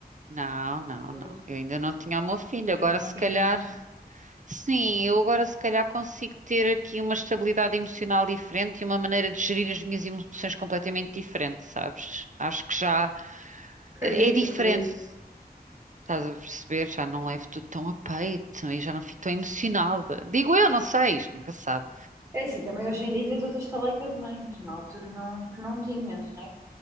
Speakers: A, on the right; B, on the right.
A: Não, não,
B: Pois,
A: não. Eu ainda não tinha o meu filho.
B: ainda
A: Agora
B: não
A: se
B: tinhas.
A: calhar, sim, eu agora se calhar consigo ter aqui uma estabilidade emocional diferente e uma maneira de gerir as minhas emoções completamente diferente, sabes? Acho que já
B: Acredito,
A: eh, é diferente.
B: acredito.
A: Estás a perceber? Já não levo tudo tão a peito e já não fico tão emocionada. Digo eu, não sei, isto nunca se sabe.
B: É assim, também hoje em dia tens outra estaleca de mãe, que na altura não, que não tinhas, né?